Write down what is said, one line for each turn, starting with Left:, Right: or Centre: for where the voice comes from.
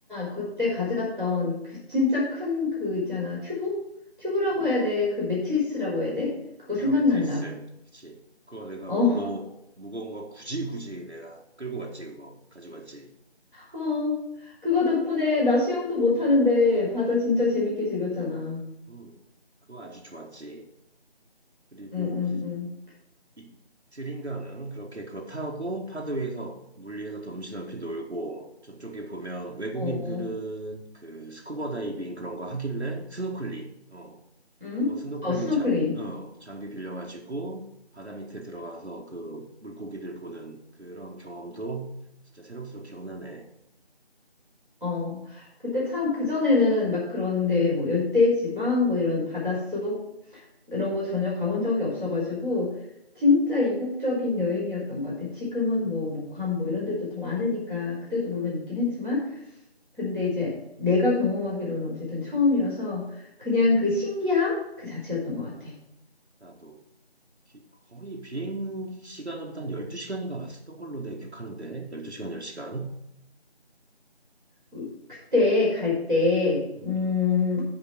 Centre: 그때 가져갔던 그 진짜 큰 그 있잖아. 튜브? 튜브라고
Right: 그리고,
Centre: 해야 돼. 그 매트리스라고 해야 돼. 그거 생각난다.
Right: 에어 매트리스. 그치. 그거 내가
Centre: 어,
Right: 무거워, 무거운 거 굳이 굳이 내가 끌고 갔지, 그거. 가지고 갔지.
Centre: 어. 그거 덕분에 나 수영도 못 하는데 바다 진짜 재밌게 즐겼잖아.
Right: 음, 그거 아주 좋았지. 그리고
Centre: 응, 응, 응.
Right: 이틀인가는 그렇게 그거 타고 파도 위에서, 물 위에서 덤시덤시 놀고, 저쪽에 보면 외국인들은
Centre: 어, 어.
Right: 그 스쿠버 다이빙 그런 거 하길래 스노클링, 어.
Centre: 응?
Right: 그거 스노클링
Centre: 어, 스노클링.
Right: 장, 어, 장비 빌려가지고 바다 밑에 들어가서 그 물고기들 보는 그런 경험도 진짜 새록새록 기억나네.
Centre: 어. 그때 참 그전에는 막 그런데 뭐 열대지방 뭐 이런 바닷속 이런 거 전혀 가본 적이 없어가지고 진짜 이국적인 여행이었던 것 같아. 지금은 뭐 목함 뭐 이런 데도 더 많으니까 그때도 물론 있긴 했지만 근데 이제 내가 경험하기로는 어쨌든 처음이어서 그냥 그 신기함 그 자체였던
Right: 어,
Centre: 것
Right: 어.
Centre: 같아.
Right: 나도 기- 거의 비행 시간으로도 한 12시간인가 왔었던 걸로 내 기억하는데 12시간 10시간
Centre: 우- 그때 갈 때,
Right: 응. 응,
Centre: 음,
Right: 응.